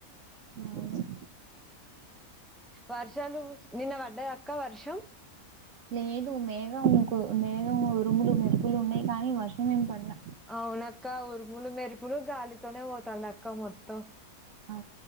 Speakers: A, on the right (about 60°); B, in the centre.
A: అవును
B: వర్షాలు నిన్న పడ్డాద అక్క వర్షం
A: లేదు మేఘం మేఘం ఉరుములు మెరుపులు ఉన్నాయి కానీ వర్షం ఏం పడలా
B: అవునక్క ఉరుములు మెరుపులు గాలితోనే పోతాంది అక్క మొత్తం
A: అ